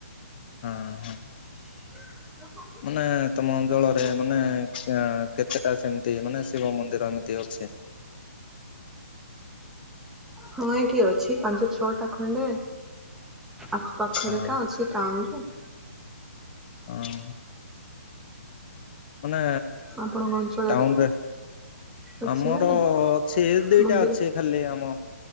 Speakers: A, on the left (about 40°); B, in the centre.
A: ହଁ ହଁ
B: <inaudible>
A: ମାନେ ତମ ଅଞ୍ଚଳରେ ମାନେ ସେଁ କେତେଟା ସେମିତି ମାନେ ଶିବ ମନ୍ଦିର ଏମତି ତି ଅଛି।
B: ମୁଁ ଏଇଠି ଅଛି ପାଞ୍ଚ ଛଅଟା ଖଣ୍ଡେ ଆଖପାଖରେ
A: ହଁ
B: କା ଅଛି। ଟାଉନ୍ରେ।
A: ଅଁ ହଁ ମାନେ
B: ଆପଣଙ୍କ ଅଞ୍ଚଳରେ
A: ଟାଉନ୍ରେ।
B: ଅଛି
A: ଆମର
B: ନା ନାଇଁ
A: ଅଛି ଦିଟା
B: ମନ୍ଦିର
A: ଅଛି। ଖାଲି ଆମ